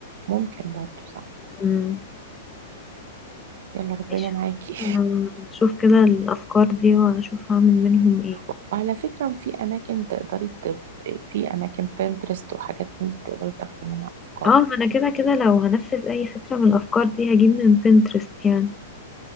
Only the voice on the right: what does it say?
ممكن برضو صح
يلا ربنا
معاكي
<laughs> وعلى فكرة في أماكن تقدري تب... في أماكن بنترست وحاجات من دي تقدري تاخدي منها أفكار